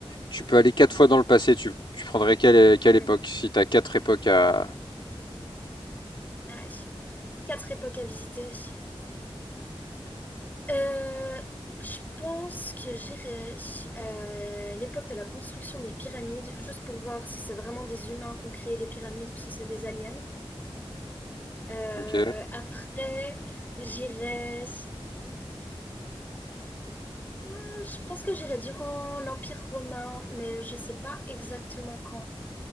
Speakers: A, on the left; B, on the left.
A: tu peux aller quatre fois dans le passé, tu, tu prendrais quelle, quelle
B: Hmm,
A: époque? Si t'as quatre époques à
B: ouais. Quatre époques à visiter. Euh, je pense que j'irai à l'époque de la construction des pyramides, juste pour voir si c'est vraiment des humains qui ont créé les pyramides ou si c'est des aliens. Euh,
A: Ok,
B: après, j'irai. euh, Je pense que j'irai durant l'Empire romain, mais je sais pas exactement quand.